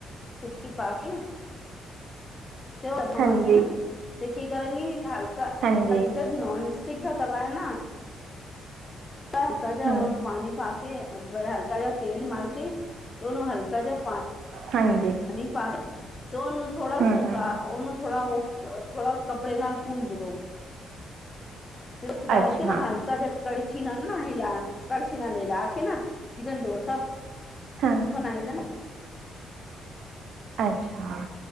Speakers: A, on the left; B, on the right.
A: ਕਿ ਪਾ ਕੇ। ਤੇ ਹੋਰ ਹੋਵਾਂਗੀ
B: ਹਾਂਜੀ
A: ਨਾ। ਤੇ ਕੀ ਕਰਾਂਗੀ। ਹਲਕਾ
B: ਹਾਂਜੀ
A: ਤਲ ਜਦ ਨੋਨ ਸ ਚਿੱਕ ਦਾ ਤਵਾ ਹੈ ਨਾ। ਹਲਕਾ ਜਾ
B: ਹਮ
A: ਉਹਨੂੰ ਪਾਣੀ ਪਾ ਕੇ ਤੇ ਹਲਕਾ ਜਾ ਤੇਲ ਮਲ ਕੇ ਉਹਨੂੰ ਹਲਕਾ ਜਿਹਾ ਪਾਣੀ
B: ਹਾਂਜੀ
A: ਪਾ ਕੇ ਤੇ ਉਹਨੂੰ ਥੋੜਾ
B: ਹਮ
A: ਸੁਕਾ ਉਹਨੂੰ ਥੋੜਾ ਉਹ ਥੋੜਾ ਕੱ ਕੱਪੜੇ ਨਾਲ ਪੂੰਜ ਲਓ। ਮਿਰਚ ਡਾਲ
B: ਅੱਛਾ
A: ਕੇ ਨਾ ਹਲਕਾ ਜਾ ਕੜਛੀ ਨਾਲ ਨਾ ਹਿਲਾ ਕੱੜਛੀ ਨਾਲ ਈ ਲਾ ਕੇ ਨਾ ਚਿਕਨ ਡੋਸਾ
B: ਹਾਂ
A: ਬਣਾਈਦਾ ਨਾ।
B: ਅੱਛਾ